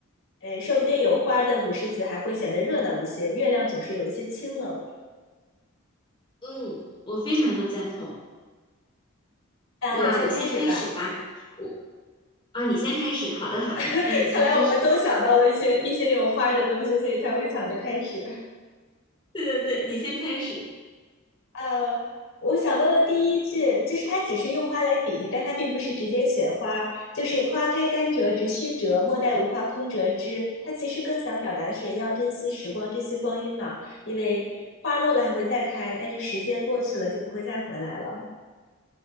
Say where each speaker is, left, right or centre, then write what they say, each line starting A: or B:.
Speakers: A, on the left; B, on the left.
A: 嗯，说不定有花的古诗词还会显得热闹一些。月亮总是有一些清冷。
B: 嗯，我非常的赞同。
A: 那我先开始吧。
B: 那我先开始吧。我啊，你先开始。好的，好的，
A: <laughs>
B: 那你先开始。
A: 看来我们都想到了一些一些有花的东西，所以才会抢着开始。
B: 对对对，你先开始。
A: 呃，我想到了第一句就是它只是用花来比喻，但它并不是直接写花，就是花开堪折直须折，莫待无花空折枝。它其实更想表达的是人要珍惜时光，珍惜光阴嘛，因为花落了还会再开，但是时间过去了就不会再回来了。